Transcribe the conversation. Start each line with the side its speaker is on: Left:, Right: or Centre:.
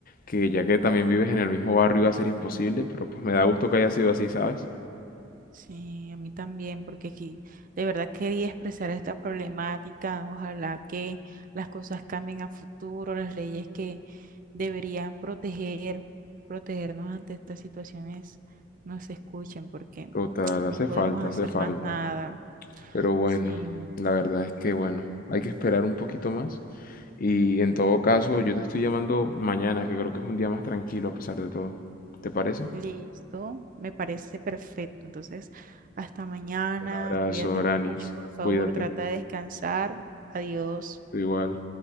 Left: que ya que también vives en el mismo barrio iba a ser imposible, pero pues me da gusto que haya sido así, ¿sabes?
Right: Sí, a mí también, porque aquí de verdad quería expresar esta problemática. Ojalá que las cosas cambien a futuro, las leyes que deberían proteger, protegernos ante estas situaciones no se escuchen, porque
Left: Total,
Right: <tsk> no
Left: hace
Right: podemos
Left: falta, hace
Right: hacer
Left: falta.
Right: más nada.
Left: Pero bueno,
Right: Sí,
Left: la verdad es que bueno, hay que esperar un poquito más. Y en todo caso, yo te estoy llamando mañana, que creo que es un día más tranquilo a pesar de todo. ¿Te parece?
Right: listo, me parece perfecto. Entonces, hasta mañana,
Left: Un abrazo,
Right: cuídate
Left: Granis.
Right: mucho, por favor,
Left: Cuídate.
Right: trata de descansar. Adiós.
Left: Tú igual.